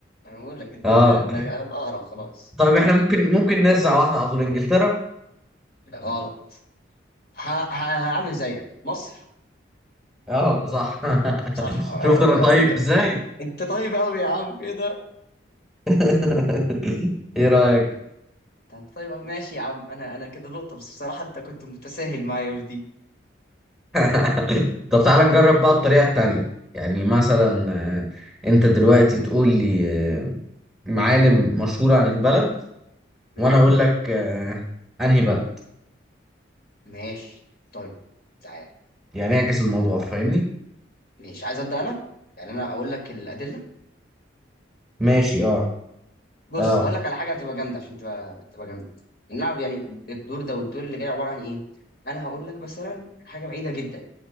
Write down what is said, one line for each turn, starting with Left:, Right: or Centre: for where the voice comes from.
Left: أنا بقول لك أنت
Centre: اه
Left: ب... أنا الأقرب خلاص
Centre: طيب احنا ممكن ممكن نرجع واحدة على طول انجلترا
Left: غلط ه... ه... هعمل زيك مصر
Centre: اه صح <laughs>
Left: صح آه،
Centre: شفت انا
Left: بس
Centre: طيب
Left: كده
Centre: ازاي
Left: أنت طيب أوي يا عم إيه ده؟
Centre: <laughs> ايه رأيك
Left: أنت طيب أوي. ماشي يا عم أنا أنا كده نقطة بس بصراحة أنت كنت متساهل معايا في دي
Centre: <laughs> طب تعالى نجرب بقى الطريقة التانية يعني مثلا آه، انت دلوقتي تقول لي آه، معالم مشهورة عن البلد
Left: مم.
Centre: وانا اقول لك آه، انهي بلد
Left: ماشي طيب تعال
Centre: يعني اعكس الموضوع
Left: آه،
Centre: فاهمني
Left: ماشي عايز أبدأ أنا؟ يعني أنا أقول لك الأدلة
Centre: ماشي اه
Left: بص
Centre: اه
Left: هقول لك على حاجه هتبقى جامده عشان تبقى تبقى جامده اللعب يعني الدور ده والدور اللي جاي عباره عن ايه انا هقول لك مثلا حاجه بعيده جدا